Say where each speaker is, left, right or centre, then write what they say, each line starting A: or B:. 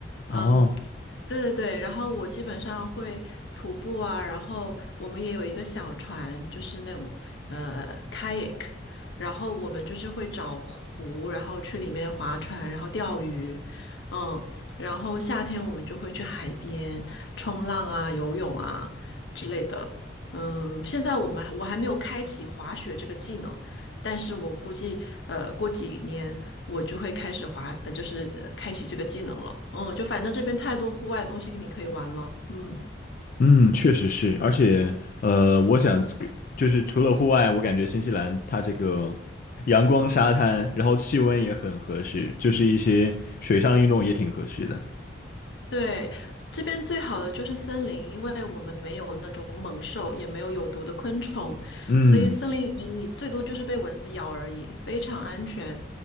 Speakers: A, on the left; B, on the left.
A: 哦，
B: 嗯，对对对，然后我基本上会徒步啊，然后我们也有一个小船，就是那种呃 kayak，然后我们就是会找湖，然后去里面划船，然后钓鱼，嗯，然后夏天我们就会去海边冲浪啊、游泳啊之类的。嗯，现在我们我还没有开启滑雪这个技能，但是我估计呃过几年。我就会开始滑，呃，就是呃开启这个技能了。嗯，就反正这边太多户外的东西你可以玩了。嗯，
A: 嗯，确实是，而且呃，我想跟就是除了户外，我感觉新西兰它这个阳光、沙滩，然后气温也很合适，就是一些水上运动也挺合适的。
B: 对，这边最好的就是森林，因为我们没有那种猛兽，也没有有毒的昆虫，
A: 嗯。
B: 所以森林里面你最多就是被蚊子咬而已，非常安全。